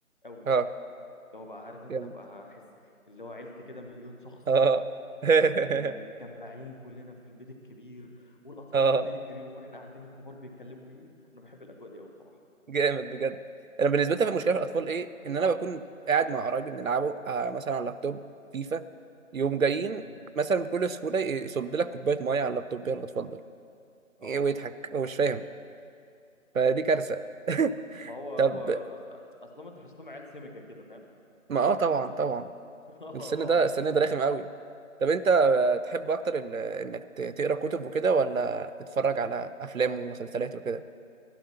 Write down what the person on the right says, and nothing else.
اه
جامد
اه <laughs>
اه
جامد بجد انا بالنسبه لي
المشكله
في الاطفال
ايه ان انا بكون قاعد مع قرايبي بنلعبه آه، مثلا على اللابتوب فيفا يوم جايين
مثلا بكل سهوله ي- يصب لك كوبايه ميه على اللابتوب يلا اتفضل
ايه ويضحك هو مش فاهم فدي كارثه <laughs>
طب
ما اه طبعا طبعا
السن ده
السن ده رخم قوي طب انت آه، تحب اكتر ال... انك ت- تقرا كتب وكده ولا تتفرج على افلام ومسلسلات وكده